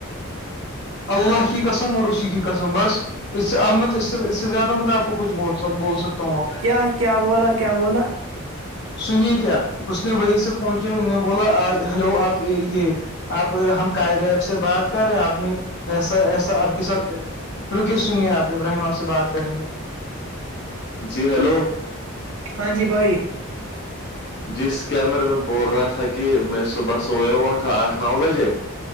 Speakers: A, on the left (about 50°); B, on the right (about 65°).
A: اللہ کی قسم اور ری کی قسم بس اس سے احمد اس سے اس سے زیادہ امد آپ کو کچھ بہت سب بول سکتا ہوں آ
B: کیا کیا بولا کیا بولا
A: سنیے کیا اس نے وہی سے فون کیا ان نے بولا ہیلو آپ یہ آپ ہم قائریب سے بات کر رہے آپ نے ایسا ایسا آپ کے ساتھ رکے سنیے آپ ابراہیم آپ سے بات کریں گے جی ہیلو
B: ہاں جی بھائی
A: جس کیمرے میں بول رہا تھا کہ میں صبح سویا ہوا تھا آٹھ نو بجے